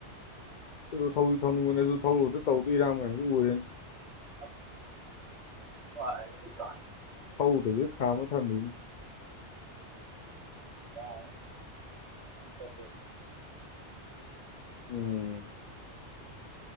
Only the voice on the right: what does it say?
<inaudible> <unintelligible>
ꯌꯥ ꯏ